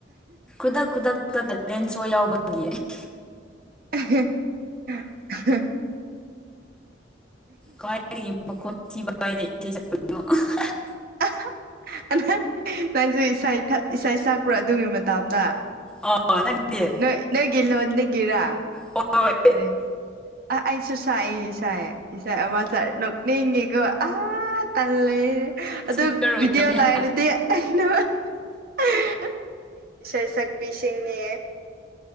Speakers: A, in the centre; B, on the right (about 55°).
A: ꯈꯨꯗꯛ ꯈꯨꯗꯛꯇ ꯗ ꯄꯦꯟꯁ ꯁꯣ ꯌꯥꯎꯕꯒꯤ ꯑꯩ
B: <unintelligible>
A: ꯀꯥꯏꯌꯨꯝ ꯃꯈꯣꯟ ꯊꯤ ꯐꯥꯏꯔꯤ ꯏꯁꯩ ꯁꯛꯄꯅꯣ <unintelligible>
B: <unintelligible> ꯅꯪꯁꯨ ꯏꯁꯩ ꯊꯠ ꯏꯁꯩ ꯁꯛꯄ꯭ꯔꯥ ꯑꯗꯨꯒꯤ ꯃꯇꯝꯗ
A: ꯑꯣ ꯅꯪꯗꯤ
B: ꯅꯣꯢ ꯅꯣꯏꯒꯤ ꯂꯣꯟꯗꯒꯤꯔꯥ
A: ꯍꯣꯏ
B: ꯀꯔꯤ ꯑ ꯑꯩꯁꯨ ꯁꯥꯏꯌꯦ ꯏꯁꯥꯏ ꯏꯁꯥꯏ ꯑꯃ ꯁꯥꯏ ꯅꯣꯛꯅꯤꯡꯉꯤꯀꯣ ꯑꯥ ꯇꯜꯂꯦ ꯑꯗꯨ
A: ꯁꯤꯡꯒꯔ ꯑꯣꯏꯔꯝꯃꯤ
B: ꯚꯤꯗꯤꯑꯣ
A: ꯍꯥ
B: ꯂꯩꯔꯗꯤ ꯑꯩꯅ <unintelligible> ꯏꯁꯩꯩ ꯁꯛꯄꯤꯁꯤꯡꯅꯦ